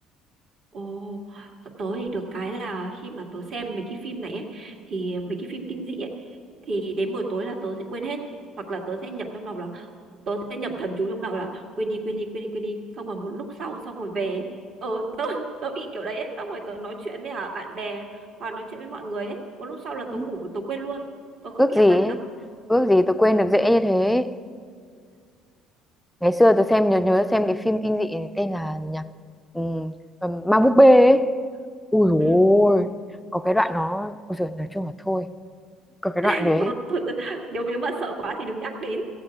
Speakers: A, on the right (about 50°); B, in the centre.
A: ồ tớ thì được cái là khi mà tớ xem mấy cái phim này ấy thì mấy cái phim kinh dị ấy thì đến buổi tối là tớ sẽ quên hết hoặc là tớ sẽ nhẩm trong đầu là tớ sẽ nhẩm thầm chú trong đầu là quên đi quên đi quên đi quên đi xong rồi một lúc sau xong rồi về ờ tớ <laughs> tớ bị kiểu đấy ấy. xong rồi tớ nói chuyện với à, bạn bè hoặc nói chuyện với mọi người ấy một lúc sau là tớ
B: <laughs>
A: ngủ tớ quên luôn tớ không
B: ước
A: bị ám
B: gì ấy,
A: ảnh đâu
B: ước gì tớ quên được dễ như thế ngày xưa tôi xem nhớ nhớ xem cái phim kinh dị tên là nhỉ ừ, ma búp bê ấy. Ui dồi
A: ừ
B: ôi có cái đoạn nó ôi giời, nói chung là thôi có cái đoạn
A: <laughs>
B: đấy
A: thôi thôi tớ, nếu nếu mà sợ quá thì đừng nhắc đến